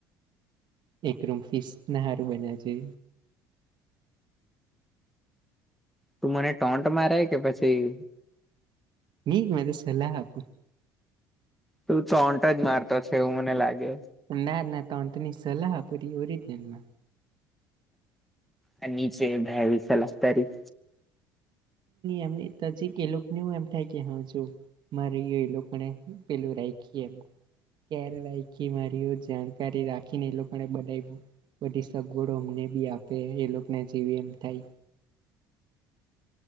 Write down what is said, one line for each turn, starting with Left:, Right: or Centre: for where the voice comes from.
Right: એક રૂમ ફિશ ના હાર બનાવજે.
Centre: તું મને ટોન્ટ મારે કે પછી
Right: ની મેતો સલાહ આપું.
Centre: તું ટોન્ટ જ મારતો છે એવું મને લાગે.
Right: ના ના ટોન્ટ ની સલાહ પૂરી ઓરિજિનલમાં.
Centre: આ નીચે ભેં વિશે લફતારી
Right: એમજી એ લોકો હું એમ થાય કે હ જો. મારી એ લોકોને પેલું રાખીએ એમ. કેર રાયખી મારીઓ જાણકારી રાખીને એ લોકોને બનાવ્યું. બધી સગવડો અમને બી આપે એ લોકોને જેવી એમ થાય.